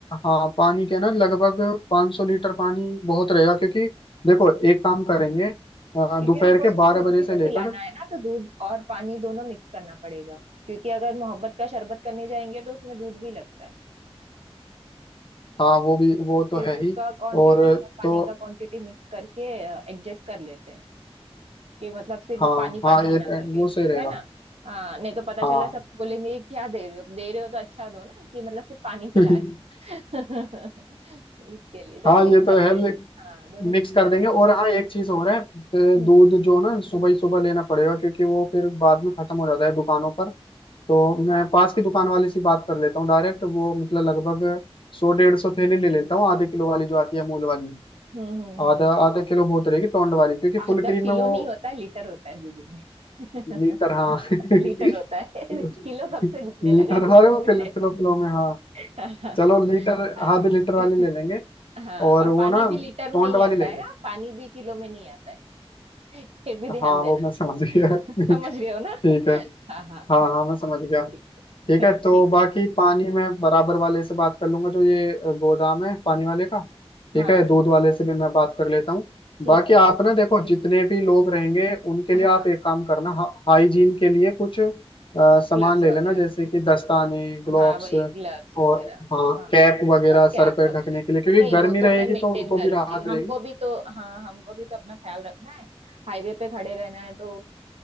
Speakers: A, on the left; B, on the right.
A: हाँ पानी के ना लगभग 500 लीटर पानी बहुत रहेगा क्योंकि देखो एक काम करेंगे अ,
B: क्योंकि
A: दोपहर
B: हमको
A: के
B: उसमें
A: बारह
B: दूध
A: बजे
B: भी
A: से
B: तो
A: लेकर
B: मिलाना है ना तो दूध और पानी दोनों मिक्स करना पड़ेगा क्योंकि अगर मोहब्बत का शरबत करने जाएंगे तो उसमें दूध भी लगता है
A: हाँ वो भी
B: तो
A: वो तो
B: फिर
A: है
B: दूध
A: ही
B: का क्वांटिटी
A: और
B: और पानी
A: तो
B: का क्वांटिटी मिक्स करके एडजस्ट कर लेते हैं कि मतलब सिर्फ
A: हाँ
B: पानी पानी
A: हाँ ये
B: ही ना लगे
A: वो सही रहेगा
B: है ना हाँ नहीं तो पता
A: हाँ
B: चला सब बोलेंगे "ये क्या दे रहे हो दे रहे हो तो अच्छा दो ना कि मतलब सिर्फ पानी पिला
A: <laughs>
B: रहे हो।" <laughs> इसके लिए दोनों
A: हाँ
B: मिक्स
A: ये तो
B: करते
A: है
B: हैं
A: ले-
B: हाँ दोनों
A: मिक्स
B: मिक्स
A: कर
B: कर
A: देंगे
B: लेते
A: और
B: हैं
A: हाँ एक चीज और है तो
B: हम्म
A: दूध जो ना सुबह ही सुबह लेना पड़ेगा क्योंकि वो फिर बाद में खत्म हो जाता है दुकानों पर तो मैं पास की दुकान वाले से बात कर लेता हूँ डायरेक्ट वो मतलब लगभग सौ डेढ़ सौ थैली ले लेता हूँ आधे किलो वाली जो आती है अमूल वाली
B: हम्म हम्म हम्म
A: आधा
B: हम्म।
A: आधा किलो बहुत रहेगी टोंड वाली क्योंकि
B: आधा
A: फुल क्रीम
B: किलो
A: में वो
B: नहीं होता है लीटर होता है दूध में <laughs>
A: लीटर हाँ <laughs> लीटर
B: लीटर होता है किलो कब से बिकने लगा दूध
A: वाले वो
B: में
A: फिल, फिलो फिलो में हाँ
B: <laughs>
A: चलो लीटर
B: आराम
A: आधे लीटर वाली
B: से
A: ले लेंगे
B: हाँ
A: और
B: और
A: वो
B: पानी
A: ना
B: भी लीटर
A: टोंड
B: में ही
A: वाली
B: आता
A: लेंगे
B: है हाँ, पानी भी किलो में नहीं आता है ये भी
A: हाँ
B: ध्यान देना
A: वो मैं समझ गया
B: <laughs>
A: <laughs>
B: समझ गए हो ना
A: ठीक है
B: हाँ हाँ
A: हाँ
B: हाँ
A: हाँ मैं समझ गया
B: ठीक
A: ठीक
B: है
A: है
B: ठीक
A: तो बाकी
B: है
A: पानी में बराबर वाले से बात कर लूंगा जो ये गोदाम है पानी वाले का ठीक
B: हाँ
A: है दूध वाले से भी मैं बात कर लेता हूँ
B: ठीक
A: बाकी
B: है
A: आप ना देखो जितने भी लोग रहेंगे उनके लिए
B: हाँ
A: आप एक काम करना हा, हाइजीन के लिए कुछ अ, सामान
B: ग्लव्स
A: ले लेना
B: वगैरह
A: जैसे कि दस्ताने ग्लोव्स
B: हाँ वही ग्लव्स वगैरह
A: और हाँ
B: हाँ
A: कैप वगैरह
B: अब
A: सर
B: कैप
A: पे
B: वगैरह
A: ढकने के लिए क्योंकि
B: नहीं
A: गर्मी
B: वो तो
A: रहेगी
B: मैं मेंटेन
A: तो उनको
B: करूंगी
A: भी राहत रहेगी
B: हमको भी तो हाँ हमको भी तो अपना ख्याल रखना है हाईवे पे खड़े रहना है तो